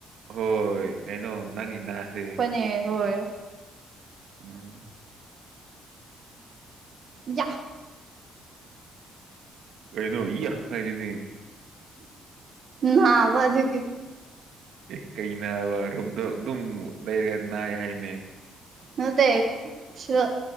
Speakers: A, on the right (about 75°); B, on the right (about 50°).
A: ꯍꯣꯏ ꯀꯩꯅꯣ ꯅꯪꯒꯤ ꯅꯥꯍꯔ‌ꯦ
B: ꯅ‌ꯦ ꯍꯣꯏ
A: ꯎꯝ
B: ꯌꯥ
A: ꯀꯩꯅꯣ ꯏꯌꯥ ꯍꯥꯏꯔꯤꯗꯤ
B: ꯅꯥꯕ ꯑꯗꯨꯒꯤ
A: ꯑꯦ ꯀꯩꯅꯕ ꯔꯨꯝꯗꯣ ꯑꯗꯨꯝ ꯂꯩꯔꯒ ꯅꯥꯏ ꯍꯥꯏꯅꯦ
B: ꯅꯠꯇꯦ ꯁꯤꯗꯥ